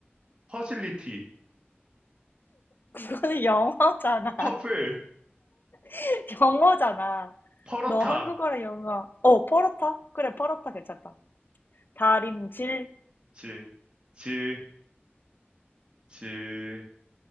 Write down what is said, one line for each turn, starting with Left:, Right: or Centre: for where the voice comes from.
Right: 퍼실리티,
Left: 그거는 영어잖아.
Right: 퍼플,
Left: <laughs> 영어잖아.
Right: 퍼러타.
Left: 너 한국어랑 영어. 어, 퍼렇다? 그래, 퍼렇다 괜찮다. 다림질.
Right: 질, 질, 질.